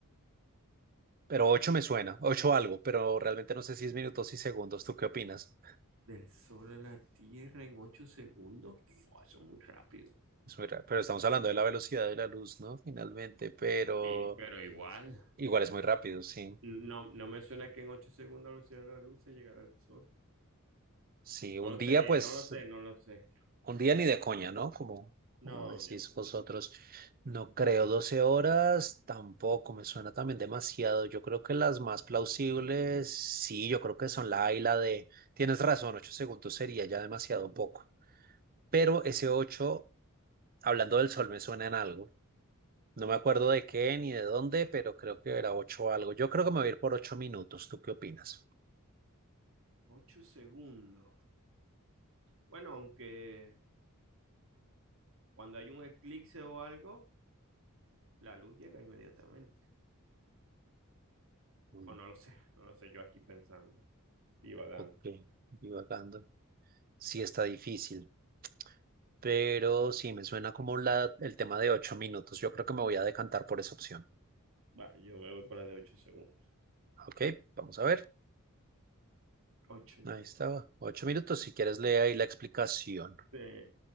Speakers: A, on the right (about 40°); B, on the right (about 65°).
A: Pero ocho me suena, ocho algo, pero realmente no sé si es minutos y segundos. ¿Tú qué opinas?
B: Del Sol a la Tierra en ocho segundos. Fua, eso es muy rápido.
A: Es muy ra- Pero estamos hablando de la velocidad de la luz, ¿no? Finalmente, pero
B: Sí, pero igual.
A: igual es muy rápido, sí.
B: No, no me suena que en 8 segundos a la velocidad de la luz se llegará al Sol.
A: Sí,
B: No
A: un
B: lo
A: día,
B: sé,
A: pues
B: no lo sé, no lo sé.
A: Un día ni de coña, ¿no? Como,
B: No,
A: como decís
B: un Dios, mucho.
A: vosotros. No creo 12 horas, tampoco me suena también demasiado. Yo creo que las más plausibles, sí, yo creo que son la A y la D. Tienes razón, 8 segundos sería ya demasiado poco. Pero ese 8, hablando del sol, me suena en algo. No me acuerdo de qué ni de dónde, pero creo que era 8 algo. Yo creo que me voy a ir por ocho minutos. ¿Tú qué opinas?
B: 8 segundos. Bueno, aunque cuando hay un eclipse o algo, la luz llega inmediatamente.
A: Mm,
B: O no lo sé, no lo sé, yo aquí pensando, divagando.
A: ok, divagando. Sí, está difícil. pero sí me suena como la, el tema de ocho minutos. Yo creo que me voy a decantar por esa opción.
B: Vale, yo me voy para de 8 segundos.
A: Ok, vamos a ver.
B: ocho minutos.
A: Ahí estaba. Ocho minutos. Si quieres, lee ahí la explicación.
B: Eh,